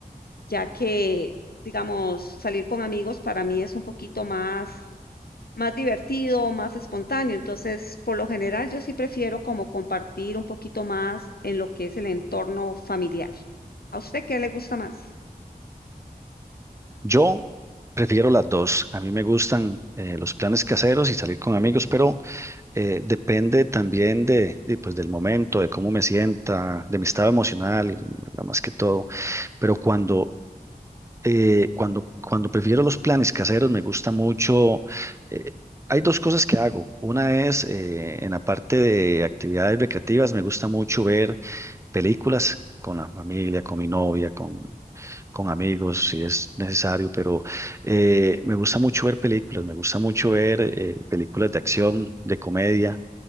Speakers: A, on the left; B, on the right.
A: Ya que, digamos, salir con amigos para mí es un poquito más, más divertido, más espontáneo. Entonces, por lo general, yo sí prefiero como compartir un poquito más en lo que es el entorno familiar. ¿A usted qué le gusta más?
B: Yo prefiero las dos. A mí me gustan eh, los planes caseros y salir con amigos, pero eh, depende también de, de, pues, del momento, de cómo me sienta, de mi estado emocional, nada más que todo. Pero cuando eh, cuando, cuando prefiero los planes caseros, me gusta mucho. eh, hay dos cosas que hago. Una es eh, en la parte de actividades recreativas, me gusta mucho ver películas con la familia, con mi novia, con, con amigos, si es necesario, pero eh, me gusta mucho ver películas, me gusta mucho ver eh, películas de acción, de comedia.